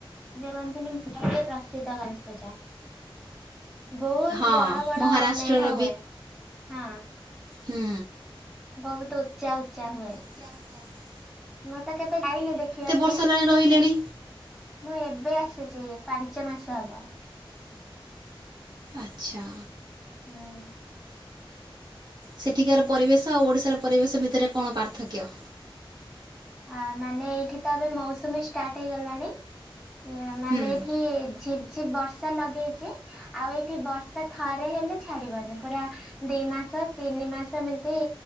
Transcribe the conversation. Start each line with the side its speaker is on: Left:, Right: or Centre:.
Centre: ଇଏ ରହନ୍ତିନି ମୁଁ ଭାବେ ପ୍ରସିଦ୍ଧ ଗଣେଶ ପୂଜା। ବହୁତ
Right: ହଁ
Centre: ବଡ ବଡ
Right: ମହାରାଷ୍ଟ୍ରର
Centre: ମେଢ ହୁଏ। ହଁ।
Right: ହଁ।
Centre: ବହୁତ ଉଚ୍ଚା ଉଚ୍ଚା ହୁଏ।
Right: ଉଚ୍ଚା ଉଚ୍ଚା ହୁଏ।
Centre: ମୁଁ ତ କେବେ ଯାଇନି ଦେଖିବାକୁ?
Right: ବର୍ଷ ହେଲାଣି ରହିଲେଣି
Centre: ମୁଁ ଏବେ ଆସିଛି, ପାଞ୍ଚ ମାସ ହବ।
Right: ଆଚ୍ଛା।
Centre: ଉଁ।
Right: ସେଠିକାର
Centre: ହୁଁ।
Right: ପରିବେଶ ଆଉ ଓଡ଼ିଶାର ପରିବେଶ ଭିତରେ କଣ ପାର୍ଥକ୍ୟ?
Centre: ଆ ମାନେ ଏଇଠି ତ ଏବେ ମୌସୁମୀ ଷ୍ଟାର୍ଟ୍ ହେଇଗଲାଣି। ମାନେ
Right: ହୁଁ।
Centre: ଏଇଠି ଝିପ୍ ଝିପ୍ ବର୍ଷା ଲଗେଇଛି। ଆଉ ଏଠି ବର୍ଷା ଥରେ ହେଲେ ଛାଡିବନି, ପୁରା ଦି ମାସ ତିନି ମାସ ଏମିତି